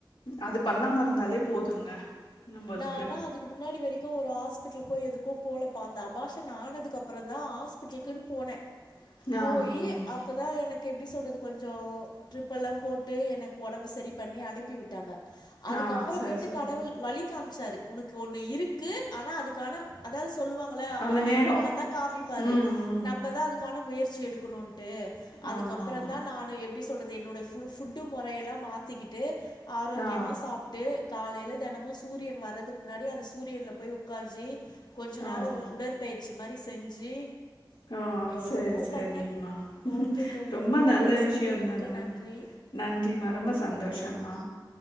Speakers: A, on the left; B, on the left.
A: அது பு பண்ணாம இருந்தாலே போதுங்க. நம்பளுக்கு.
B: நானா அதுக்கு முன்னாடி வரைக்கும் ஒரு ஹாஸ்பிட் போய் எதுக்கும் போலப்பா அந்த அபாஷன் ஆனதுக்கப்புறம் தான் ஹாஸ்பிட்டலுக்குன்னு போனேன்
A: ஆ,
B: போயி
A: ம்.
B: அப்பதான் எனக்கு க்கு எப்படி சொல்றது. கொஞ்சம் ட்ரிப்பெல்லாம் போட்டு எனக்கு ஒடம்பு சரி பண்ணி அனுப்பி விட்டாங்க. அதுக்கப்புறமேட்டு
A: ஆ, சரி, சரிம்மா.
B: கடவுள் வலி அமச்சாரு உனக்கு ஒண்ணு இருக்கு. ஆனா அதுக்கான அதாது ஸ் சொல்லுவாங்கள அவர்
A: அந்த நேரம்.
B: ஒரு பக்கம் தான் காமிப்பாரு
A: ம், ம்.
B: நம்மதான் அதுக்கான முயற்ச்சி வச்சி எடுக்கணும் ட்டு அதுக்கப்றம்தா
A: ஆமாமா.
B: நா எப்டி சொல்றது என்னோட ஃபுல் ஃபுட்டு மொறையெல்லாம் மாத்திக்கிட்டு ஆரோக்கியமா
A: ஆ,
B: சாப்ட்டு காலையில தெனமும் சூரியன் வர்றதுக்கு முன்னாடி அந்த சூரியன்ல போய் உட்காஞ்சி கொஞ்ச
A: ஆ.
B: நேரொம் உடற்பயி ச்சி மாரி செஞ்சு
A: ஹ
B: எவ்வளவோ
A: செரி செரிமா
B: பண்ணேன் ஓகே தோழி
A: ரொம்ப
B: உங்களோட
A: நல்ல
B: பேசுனது
A: விஷியோதானுமா
B: மிக்க நன்றி
A: நன்றிமா ரொம்ப சந்தோஷம்மா